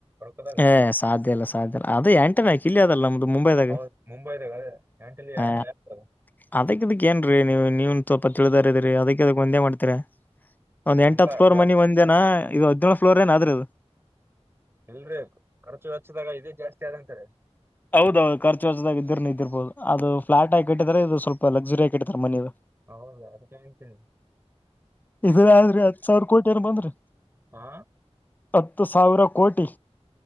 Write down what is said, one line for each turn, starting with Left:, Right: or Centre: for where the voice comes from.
Right: ರೊಕ್ಕದಾಗ
Left: ಏ ಸಾಧ್ಯ ಇಲ್ಲ ಸಾಧ್ಯ ಅಲ್ಲ ಅದೇ ಎಂಟನ ಕ ಇಲ್ಲಿ ಅದಲ್ಲ ನಮ್ದು ಮುಂಬೈದಾಗ
Right: ಹೌದ್ ಮುಂಬೈದಾಗ ಅದೇ <inaudible>
Left: ಆ ಅದಕ್ ಅದಕ್ ಏನ್ರೀ ನೀವು ನೀವನ್ ಸ್ವಲ್ಪ ತಿಳಿದಾರಿದ್ರರಿ ಅದಕ್ಕೆ ಅದಕ್ ಒಂದೇ ಮಾಡ್ತೀರ ಒಂದ್ ಎಂಟ
Right: ಇಲ್ಲ
Left: ಹತ್ ಫ್ಲೋರ್
Right: ರೊ
Left: ಮನಿ ಒಂದೇನಾ ಇದು ಹದ್ಿನೇಳು ಫ್ಲೋರ್ ಏನ ಆದ್ರೂ ಅದು
Right: ಇಲ್ರೀ ಖರ್ಚು ಚದಾಗ ಇದೇ ಜಾಸ್ತಿ ಆದಂತಾರೆ
Left: ಹೌದೌದು ಖರ್ಚುರ್ಚಾಗ ಇದರು ಇದ್ದರ್ಬೋದು ಅದು ಫ್ಲಾಟ್ ಆಾಿಟ್ಟಿದಿದ್ದಾರೆ ಇದು ಸ್ವಲ್ಪ ಲಸುರಿಯಾಿಟ್ಟಾರೆ ಮನದು
Right: ಹೌದಾ ಅದಕ್ಕೆೇಳ್ತೀನಿ
Left: ಇದ್ರ ಆದ್ರಿ ಹತ್ ಸಾವಿರ ಕೋಟಿ ಏನ ಬಂದ್ರಿ
Right: ಹಾ
Left: ಹತ್ತು ಸಾವಿರ ಕೋಟಿ